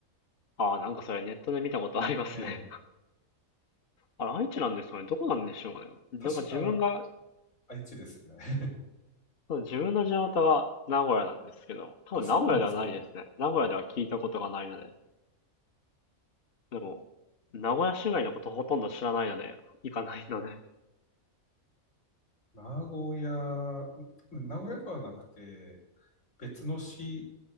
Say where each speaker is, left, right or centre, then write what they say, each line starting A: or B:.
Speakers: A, on the left; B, on the left.
A: ああ、なんかそれネットで見たことありますね。
B: <laughs> ええ。
A: あれ、愛知なんですかねどこなんでしょうね。
B: 確か、
A: なんか自分が、
B: 愛知ですね。<laughs>
A: そう自分の地元は名古屋なんですけど、多分名古屋ではないですね。
B: あ、そうなんですか。
A: 名古屋では聞いたことがないので。でも、名古屋市外のことほとんど知らないので、行かないので。
B: 名古屋、名古屋ではなくて、別の市